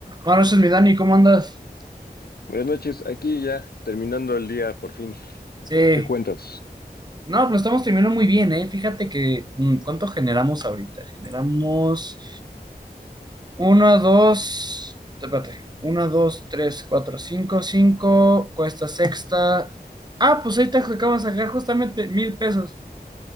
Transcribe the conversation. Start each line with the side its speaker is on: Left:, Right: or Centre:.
Right: Buenas noches, mi Dani, ¿cómo andas?
Left: Buenas noches, aquí ya terminando el día por fin.
Right: Sí.
Left: ¿Qué cuentas?
Right: No, pero estamos terminando muy bien, ¿eh? Fíjate que, mm, ¿cuánto generamos ahorita? Generamos uno 2 espérate, 1, 2 3 4 5 5 cuesta sexta. Ah, pues ahorita acabamos de sacar justamente mil pesos.